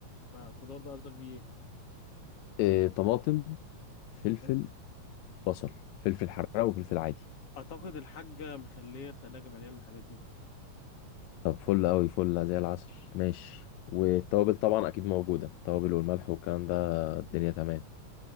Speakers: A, on the left; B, on the left.
A: مع الخضار ده قصدك بيه
B: آه، طماطم فلفل
A: ايه
B: بصل فلفل حراق وفلفل عادي
A: اعتقد الحاجة مخلية التلاجة مليانة الحاجات دي
B: طب فل قوي فل زي العسل ماشي والتوابل طبعا اكيد موجوده التوابل والملح والكلام ده الدنيا تمام